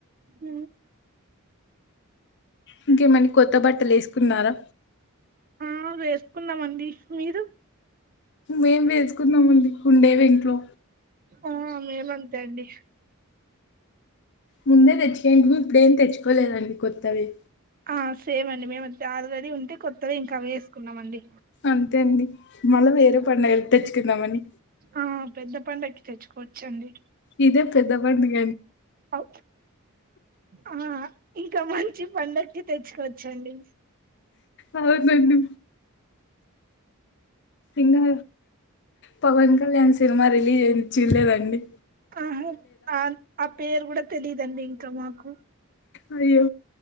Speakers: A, on the right; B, on the left.
A: ఊ
B: ఇంకేమండి కొత్త బట్టలు ఏసుకున్నారా
A: ఆ వేసుకున్నమండి మీరు <inaudible>
B: మేము వేసుకున్నామండి ఉండేవి ఇంట్లో
A: అ మేమఅంతే అండి
B: ముందే తెచ్చు ఇప్పుడేం తెచ్చుకోలేదండి కొత్తవి
A: అ సేమండి మేముతే ఆల్రెడీ ఉంటే కొత్తవి ఇంక అవే వేసుకున్నామండి
B: అంతే అండి మళ్ళీ వేరే పండుగలు తెచ్చుకుందామని
A: అ పెద్ద పండకి తెచ్చుకోచ్చండి
B: ఇదే పెద్ద పండక
A: అ ఆ ఇంకా మంచి పండ్ తెచ్చుకోచ్చండి
B: అవునండి ఇంకా పవన్ కళ్యాణ్ సినిమా రిలీజ్ ఇచ్చీర్ చూడలే అండి
A: ఆహ ఆ అ పేరు కూడా తెలీదండి ఇంకా మాకు
B: అయ్యో